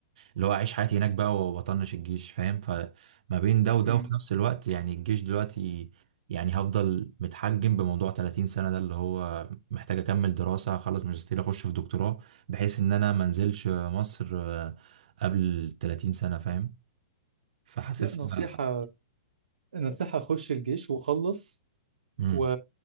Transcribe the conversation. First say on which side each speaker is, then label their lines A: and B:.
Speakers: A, on the right (about 70°); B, on the right (about 80°).
A: اللي هو اعيش حياتي هناك بقى واطنش الجيش فاهم فما بين ده وده
B: امم
A: وفي نفس الوقت يعني الجيش دلوقتي يعني هفضل متحجم بموضوع 30 سنة ده اللي هو محتاج اكمل دراسة اخلص ماجستير اخش في دكتوراه بحيث ان انا منزلش مصر آه، قبل 30 سنة فاهم فحاسس
B: لا نصيحة
A: إن-
B: نصيحة خش الجيش وخلص
A: مم.
B: و...